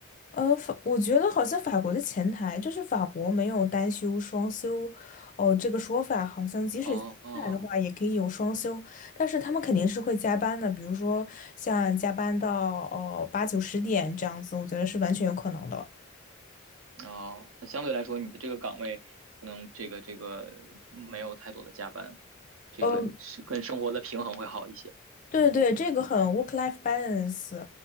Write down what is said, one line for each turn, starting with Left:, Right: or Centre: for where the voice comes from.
Left: 呃，法，我觉得好像法国的前台就是法国没有单休双休，哦，这个说法好像即使前台的话也可以有双休，
Right: 哦哦
Left: 但是他们肯定是会加班的，比如说像加班到哦八九十点这样子，我觉得是完全有可能的。
Right: 哦，那相对来说你的这个岗位可能这个这个没有太多的加班，这个是跟生活的平衡会好一些。
Left: 呃对对，这个很 work-life balance。